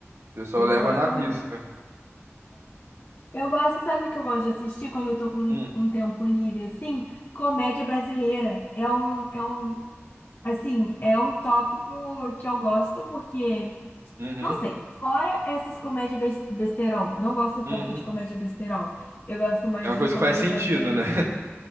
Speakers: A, on the right (about 70°); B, on the left (about 40°).
A: pessoal
B: eles
A: leva
B: gostam
A: na risca.
B: mesmo. Eu gosto, sabe o que eu gosto de assistir quando eu tô com,
A: Hum,
B: com tempo livre, assim? Comédia brasileira. É um, é um, assim, é um tópico que eu gosto porque,
A: uhum,
B: não sei, fora essas comédias bes- besterol, eu não gosto tanto
A: uhum.
B: de comédia besterol. Eu gosto mais
A: É uma coisa
B: de comédia
A: que faz sentido,
B: brasileira,
A: né?
B: assim.